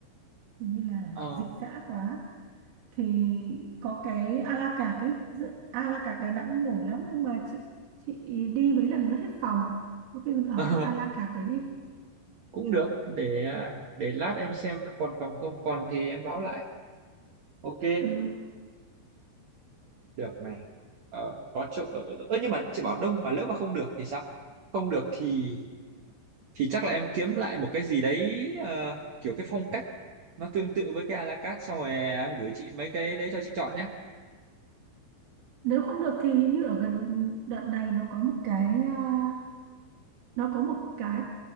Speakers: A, on the right; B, on the right.
A: hình như là
B: ờ
A: dịch dã quá thì có cái a la carte ấy dự- a la carte Đà Nẵng cũng nổi lắm nhưng mà chị chị đi mấy lần thì nó hết phòng có khi mình ở
B: <laughs>
A: cái a la carte đấy đi
B: cũng được để để lát em xem nó còn phòng không còn thì em báo lại ok
A: ừ
B: được này ờ, có chỗ ở ơ nhưng mà chị bảo đông mà lỡ mà không được thì sao không được thì thì chắc là em kiếm lại một cái gì đấy ờ, kiểu cái phong cách nó tương tự với cái a la carte xong rồi em gửi chị mấy cái đấy cho chị chọn nhé
A: nếu không được thì hình như ở gần đợt này nó có một cái à, nó có một cái